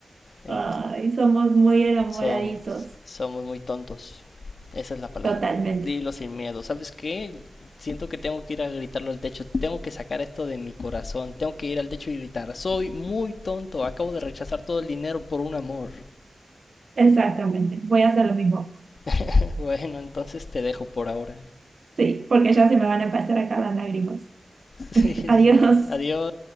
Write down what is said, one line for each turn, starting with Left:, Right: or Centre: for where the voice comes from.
Left: Ent-
Right: Ay, somos muy enamoradizos,
Left: Somos, somos muy tontos. Esa es la palabra.
Right: totalmente.
Left: Dilo sin miedo. ¿Sabes qué? Siento que tengo que ir a gritarlo al techo. Tengo que sacar esto de mi corazón. Tengo que ir al techo y gritar. Soy muy tonto. Acabo de rechazar todo el dinero por un amor.
Right: Exactamente, voy a hacer lo mismo.
Left: <laughs> bueno, entonces te dejo por ahora. <laughs>
Right: Sí, porque ya se me van a pasar acá las lágrimas.
Left: Sí,
Right: <laughs>
Left: sí.
Right: Adiós.
Left: Adiós.